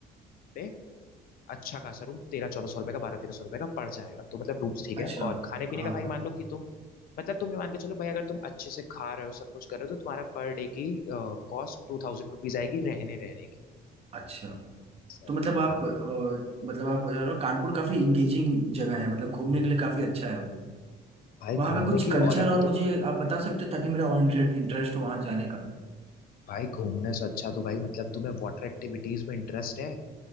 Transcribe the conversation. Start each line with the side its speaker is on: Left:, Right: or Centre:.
Left: पे अच्छा खासा रूम तेरह चौदह सौ रुपए का बारह तेरह सौ रुपए का पड़ जाएगा तो मतलब रूम्स ठीक
Right: अच्छा
Left: है और खाने पीने
Right: हाँ
Left: का भाई
Right: हाँ,
Left: मान लो कि तुम मतलब तुम ये मान के चलो भाई अगर तुम अच्छे से खा रहे हो सब कुछ कर रहे हो तो तुम्हारा पर डे की कॉस्ट टू थाउजेंड रुपीज आएगी रहने रहने की
Right: अच्छा
Left: सर
Right: तो मतलब आप
Left: हाँ
Right: अ, मतलब आप बता रहे हो, कानपुर काफी इंगेजिंग जगह है मतलब घूमने के लिए काफी अच्छा है वो
Left: भाई
Right: वहाँ
Left: घूमने
Right: का कुछ
Left: की
Right: कल्चर
Left: और अभी
Right: और मुझे
Left: तो
Right: आप बता सकते हो ताकि मेरा और इंटरेस्ट हो वहाँ जाने का
Left: भाई घूमने से अच्छा तो भाई मतलब तुम्हें वाटर एक्टिविटीज में इंटरेस्ट है